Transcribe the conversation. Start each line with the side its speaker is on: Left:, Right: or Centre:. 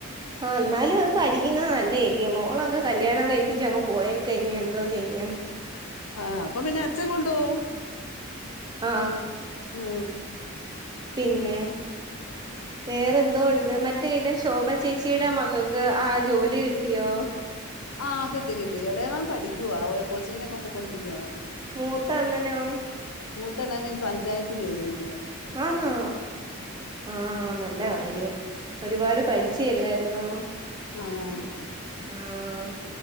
Right: ആഹ് എന്നാലും അത് പഠിക്കുന്ന നല്ല എല്ലൃഓ മോളൊക്കെ കല്യാണം കഴി പ്പിച്ചങ്ങ് പോയി കഴിഞ്ഞാ എന്തോ ചെയ്യും
Left: ആഹ് അപ്പം പിന്നെ അച്ഛൻ കൊണ്ടോവും
Right: ആഹ്
Left: മ്
Right: പിന്നെ വേറെന്തോ ഉണ്ട് മറ്റേലെ ശോഭ ചേച്ചിടെ മക്കൾക്ക് ആഹ് ജോലി കിട്ടിയോ
Left: ആഹ് കിട്ടി കട്ടി എളയവൻ പഠിക്കുവാ ഓൽ കോച്ചിങ്ങിനൊക്കെ പോക്കൊണ്ടിരിക്കുവാൻ
Right: മൂത്തണ്ണനോ
Left: മൂത്തണ്ണന് പഞ്ചായത്ത് ജോലി കട്ടിയാ
Right: ആന്നോ ആഹ് നല്ല കാര്യം ഒരുപാട് പഠി ച്ചില്ലേരുന്നോ
Left: ആനെ ആനെ
Right: ആഹ്